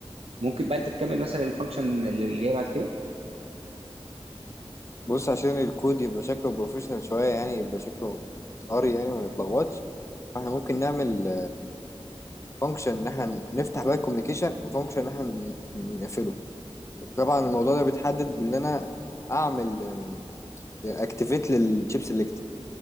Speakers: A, on the right; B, on the left.
A: ممكن بقى انت تكمل مثلا الفانكشن اللي جاي بعد كده
B: بص عشان الكود يبقى شكله بروفيشنال شوية يعني يبقى شكله قري يعني وما نتلخبطش فاحنا ممكن نعمل فانكشن ان احنا نفتح بقى الكوميونيكيشن وفانكشن ان احنا نقفله طبعا الموضوع ده بيتحدد بان انا اعمل اكتيفيت للشيب سيلكت